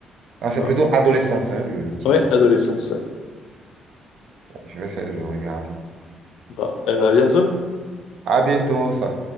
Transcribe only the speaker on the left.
Bah,
ouais, adolescence, ouais.
Bah, eh bah, à bientôt.